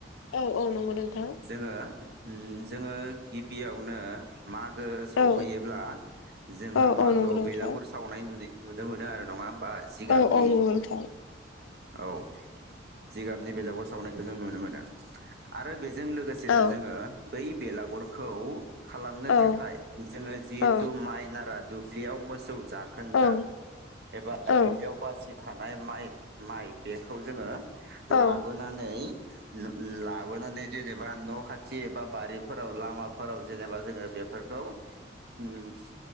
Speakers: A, on the left (about 85°); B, on the right (about 55°).
A: औ औ नंगौ नोंथां।
B: जोङो उम जोङो गिबियावनो मागो सफैयोब्ला
A: औ
B: जोंहा
A: औ
B: मागोआव
A: औ नंगौ नोंथां
B: बेलागुर सावनाय नुनाय नुनो मोनो आरो नङा होम बा जिगाबनि
A: औ औ नंगौ नोंथां
B: औ जिगाबनि बेलागुर सावनायखौ जों नुनो मोनो आरो बेजों लोगोसेनो
A: औ
B: जोङो बै बेलागुरखौ खालामनो
A: औ
B: थाखाय जोङो जिहेथु
A: औ
B: माइ नाराद दुब्लियाव मोसौ जाखोन्दा
A: औ
B: एबा
A: औ
B: दुब्लियाव बासि थानाय माइ-माइ बेखौ जोङो
A: औ
B: लाबोनानै-लाबोनानै जेनेबा न' खाथि एबा बारिफोराव लामाफोराव जेनेबा जोङो बेफोरखौ उम